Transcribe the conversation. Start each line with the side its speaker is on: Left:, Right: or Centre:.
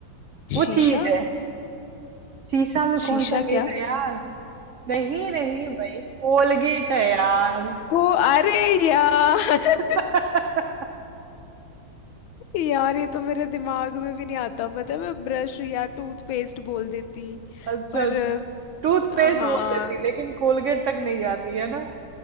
Right: वो
Left: शीशा
Right: चीज है शीशा में
Left: शीशा
Right: कौन सा गेट
Left: क्या
Right: है यार नहीं नहीं भाई कोलगेट है यार
Left: को अरे यार <laughs>
Right: <laughs>
Left: यार ये तो मेरे दिमाग में भी नहीं आता पता है मैं ब्रश या टूथपेस्ट बोल देती
Right: अच्छा
Left: पर
Right: अच्छा टूथपेस्ट
Left: अ, हाँ
Right: बोल देती लेकिन कोलगेट तक नहीं जाती है ना